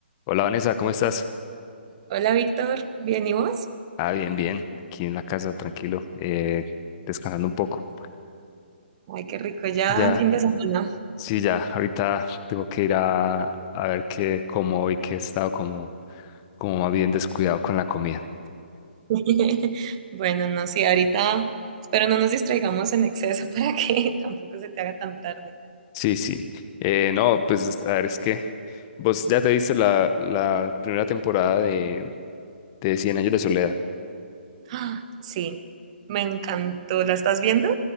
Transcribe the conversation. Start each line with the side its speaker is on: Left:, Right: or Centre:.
Left: Hola Vanessa, ¿cómo estás?
Right: Hola Víctor, ¿bien y vos?
Left: Ah, bien, bien, aquí en la casa, tranquilo, eh, descansando un poco.
Right: Ay, qué rico, ya
Left: Ya,
Right: fin de semana.
Left: sí, ya, ahorita tengo que ir a, a ver qué como hoy, que he estado como, como más bien descuidado con la comida.
Right: <laughs> Bueno, no, sí, ahorita espero no nos distraigamos en exceso para que <laughs> tampoco se te haga tan tarde.
Left: Sí, sí. Eh, no, pues a ver, es que vos ya te viste la, la primera temporada de, de Cien Años de Soledad.
Right: Ah, Sí, me encantó. ¿La estás viendo?